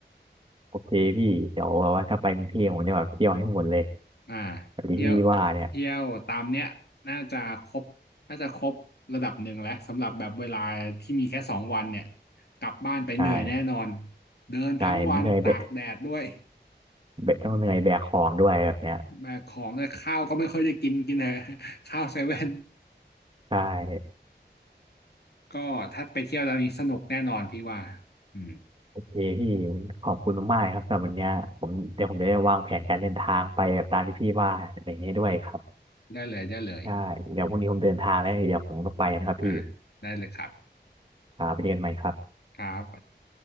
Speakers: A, on the right; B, on the left.
A: โอเคพี่เดี๋ยวแบบว่าถ้าไปกรุงเทพผมจะแบบเที่ยวให้หมดเลย
B: อ่า
A: แบบที่พี่ว่าเนี่ย
B: เที่ยวเที่ยวตามเนี้ยน่าจะครบน่าจะครบระดับหนึ่งแล้วสำหรับแบบเวลาที่มีแค่สองวันเนี่ยกลับบ้านไปเหนื่อยแน่นอน
A: ใช่
B: เดินทั้งวันตากแดดด้วย
A: ใช่เหนื่อยแบกแบกต้องเหนื่อยแบกของด้วยแบบเนี้ย
B: แบกของด้ยข้าวก็ไม่ค่อยได้กินกินเถอะ <laughs> ข้าวเซเว่น
A: ใช่
B: ก็ถ้าไปเที่ยวตอนนี้สนุกแน่นอนพี่ว่าอืม
A: โอเคพี่ขอบคุณมากๆครับสำหรับวันเนี้ยผมเดี๋ยวผมจะได้วางแผนการเดินทางไปแบบตามที่พี่ว่าอะไรอย่างเงี้ยด้วยครับ
B: ได้เลยได้เลย
A: ใช่เดี๋ยวพรุ่งนี้ผมเดินทางแล้วเดี๋ยวผมต้องไปนะครับพี่
B: อ่าได้เลยครับ
A: ครับไปเจอกันใหม่ครับ
B: ครับ